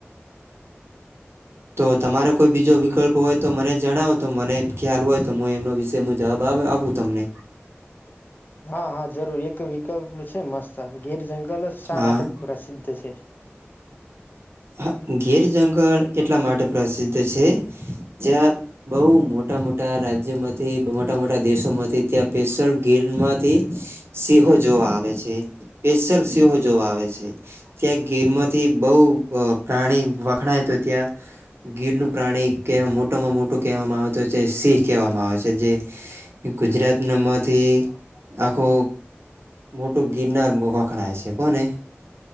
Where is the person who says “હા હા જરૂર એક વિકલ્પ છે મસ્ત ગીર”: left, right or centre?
Left